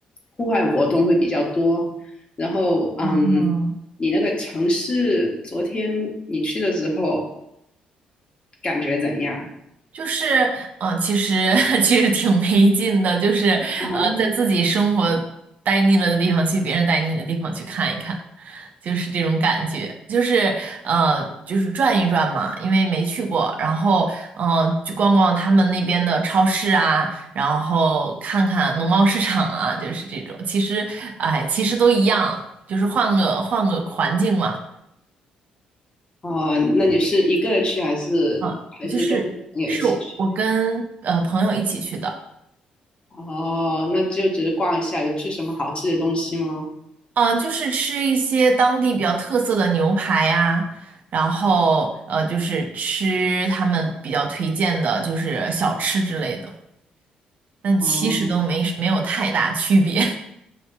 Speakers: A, on the left (about 35°); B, on the right (about 60°).
A: 户外活动会比较多。然后，嗯，
B: 哦，
A: 你那个城市昨天你去的时候感觉怎样
B: 就是，嗯、其实 <laughs> 其实挺没劲的，就是，
A: 啊？
B: 呃，在自己生活待腻了的地方去别人待腻的地方去看一看，就是这种感觉，就是，呃，就是转一转嘛，因为没去过，然后，嗯、呃，去逛逛他们那边的超市啊，然后看看农贸市场啊，就是这种，其实，哎，其实都一样，就是换个换个环境嘛，
A: 哦，呃那你是一个人去还是还是跟朋友一起去？
B: 啊、就是是我我跟呃朋友一起去的。
A: 哦，那就只是逛一下，有吃什么好吃的东西吗？
B: 嗯，就是吃一些当地比较特色的牛排呀，然后呃，就是吃他们比较推荐的，就是小吃之类的，但其实都没没有太大区别，
A: 哦，